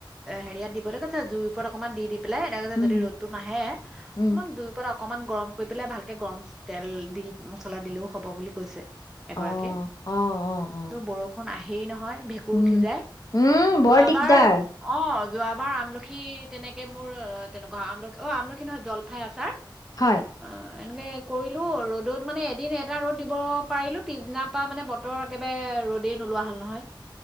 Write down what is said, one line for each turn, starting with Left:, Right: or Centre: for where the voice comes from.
Centre: হেৰিয়াত দিবলৈ কৈছে জুই ওপৰত অকনমান দি পেলাই এনে কছে
Left: উম
Centre: যদি ৰ'দতো নাহে
Left: উম
Centre: অকনমান দুই অকণমান গৰম কৰি পেলাই ভালকে গৰম তেল দি মছলা দিলেও হ'ব বুলি কৈছে। এগৰাকী
Left: অ অ অ অ
Centre: বৰষুণ আহে হে নহয়। ভেঁকুৰ
Left: উম
Centre: উঠি যায়
Left: উম বৰ
Centre: যোৱাবাৰ
Left: দিগদাৰ
Centre: অ'। যোৱাবাৰ আমলখি তেনেকে মোৰ তেনেকুৱা আমলখি অ আমলখি নহয় জলফাই আচাৰ
Left: হয়।
Centre: অ এনেকে কৰিলো ৰ'দত মানে এদিন এটা ৰ'দ দিব পাৰিলো পিছদিনা ত' পৰা মানে বতৰ একেবাৰে ৰ'দেই নোলোৱা হ'ল নহয়।